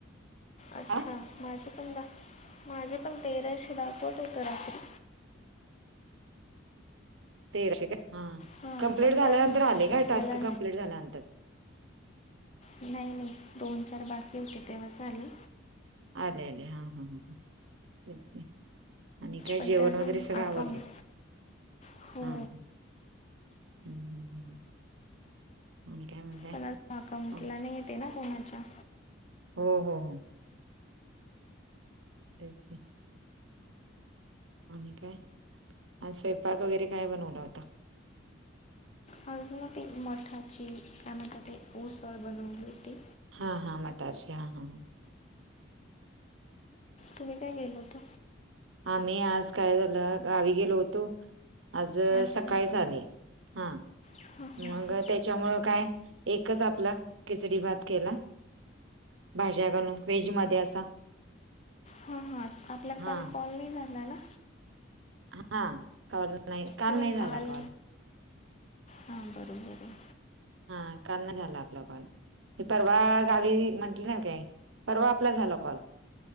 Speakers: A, on the left; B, on the right.
A: अच्छा
B: आ.
A: माझे पण, <unintelligible> माझे पण तेराशे दाखवत होत रात्री.
B: तेराशे का हा,
A: हां
B: कंप्लीट
A: पण
B: झाल्यानंतर
A: माझं अजून काही
B: आले काय टास्क
A: याला
B: कंप्लीट झाल्यानंतर.
A: नाही नाही, दोन चार बाकी होते तेव्हाच आले.
B: आले आले हां हां, तेच की, आणि काय
A: पण
B: जेवण
A: ते अजून
B: वगैरे सगळं
A: अकाउंट
B: आवरडलं?
A: हो
B: हां, हम्म हम्म हम्म. आणि काय म्हणताय?
A: पण अकाउंटला
B: हो
A: नाही येते ना कोणाच्या?
B: हो हो हो. त्यात ते. आणि काय, आज स्वयंपाक वगैरे काय बनवला होता.
A: आज ना मठाची काय म्हनतात ते ऊसळ बनवली होती.
B: हा हा मटारची हा हा.
A: तुम्ही काय केल होत?
B: आम्ही आज काय झालं गावी गेलो होतो. आज
A: अच्छा
B: सकाळीच आले, हा,
A: हां
B: मग
A: हां हां
B: त्याच्यामुळ काय एकच आपला, खिचडी भात केला, भाज्या घालून व्हेज मध्ये असा.
A: हा हा, आपला
B: हा
A: काल कॉल नाही झाला ना.
B: हा. कॉल नाही.
A: तुम्ही
B: नाही झाला
A: काल,
B: कॉल.
A: हा बरोबर ये.
B: हा काल नाही झाला आपल्या कॉल, ते परवा गावी म्हंटल नाही काय? परवा आपला झाला कॉल,